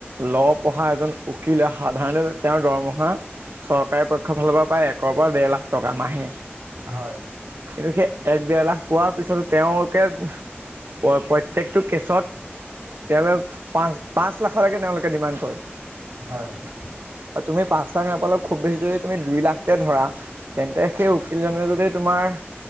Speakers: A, on the right; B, on the right.
A: ল পঢ়া এজন উকিলে সাধাৰণতে তেওঁৰ দৰমহা চৰকাৰী পক্ষৰ ফালৰ পৰা প্ৰায় একৰ পৰা ডেৰ লাখ টকা মাহেই।
B: হয়।
A: কিন্তু সেই এক দেৰ লাখ পোৱাৰ পিছতো তেওঁলোকে প্ৰ প্ৰত্যেকটো কেছত তেওঁলোক পাঁচ পাঁচ লাখলৈকে তেওঁলোকে ডিমাণ্ড কৰে।
B: হয়, হয়।
A: আৰু তুমি পাঁচ লাখ নাপালেও খুব বেছি যদি তুমি দুই লাখকে ধৰা। তেন্তে সেই উকিলজনে যদি তোমাৰ